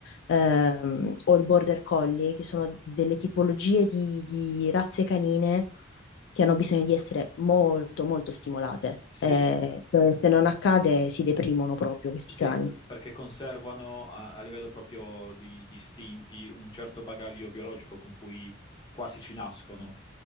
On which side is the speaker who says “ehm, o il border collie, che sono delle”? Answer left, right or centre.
Left